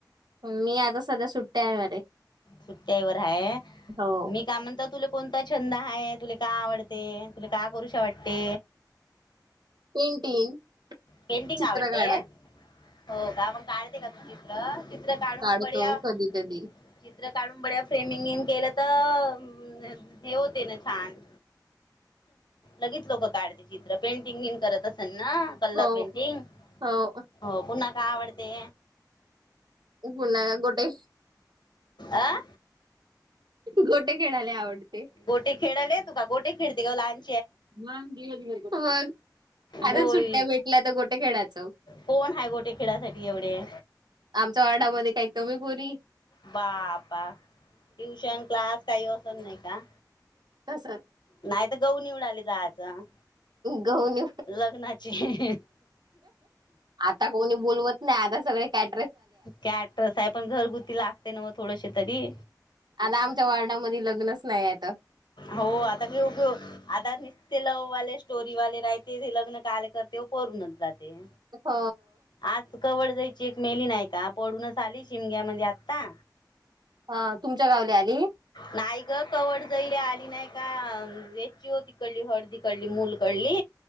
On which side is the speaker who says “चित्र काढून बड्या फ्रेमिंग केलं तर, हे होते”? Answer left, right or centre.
Left